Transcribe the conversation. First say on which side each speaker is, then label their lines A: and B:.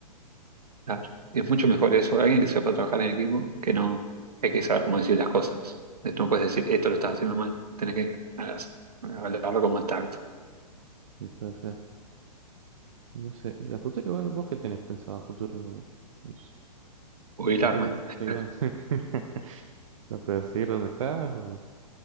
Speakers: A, on the right (about 70°); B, on the right (about 55°).
A: Claro. Es mucho mejor eso, alguien que sepa trabajar en equipo, que no hay que saber cómo decir las cosas. Eh, No puedes decir, esto lo estás haciendo mal, tenés que hagas- hablarlo con más tacto.
B: Y puede ser. No sé. ¿Y a futuro igual vos qué tenés pensado a futuro? No sé,
A: Jubilarme.
B: ¿Seguir donde,
A: <laughs>
B: seguir donde, <laughs> no, pero seguir donde estás o